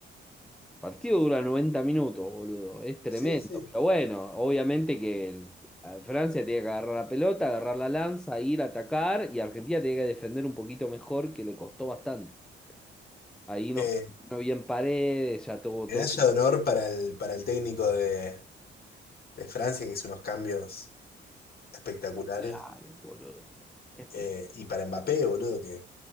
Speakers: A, in the centre; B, on the left.
A: Partido dura 90 minutos, boludo. Es tremendo.
B: Sí, sí.
A: Pero bueno, obviamente que el- a Francia tiene que agarrar la pelota, agarrar la lanza, ir a atacar y Argentina tiene que defender un poquito mejor, que le costó bastante. Ahí no
B: Eh,
A: funcionó bien Paredes, ya tuvo
B: medalla
A: todo.
B: de honor para el, para el técnico de, de Francia, que hizo unos cambios espectaculares.
A: Claro, boludo. Espe-
B: Eh, y para Mbappé, boludo, que